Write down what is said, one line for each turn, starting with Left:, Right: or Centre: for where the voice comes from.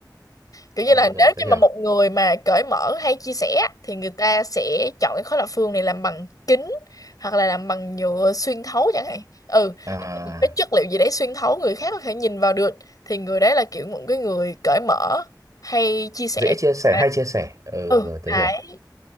Left: kiểu
Right: ờ
Left: như là
Right: rồi
Left: nếu
Right: tớ
Left: như
Right: hiểu
Left: mà một người mà cởi mở hay chia sẻ thì người ta sẽ chọn cái khối lập phương này làm bằng kính hoặc là làm bằng nhựa xuyên thấu chẳng hạn ừ
Right: à
Left: một cái chất liệu gì đấy xuyên thấu người khác có thể nhìn vào được thì người đấy là kiểu một cái người cởi mở hay chia sẻ
Right: dễ chia sẻ
Left: Đấy.
Right: hay chia sẻ ừ
Left: ừ
Right: rồi tớ
Left: đấy
Right: hiểu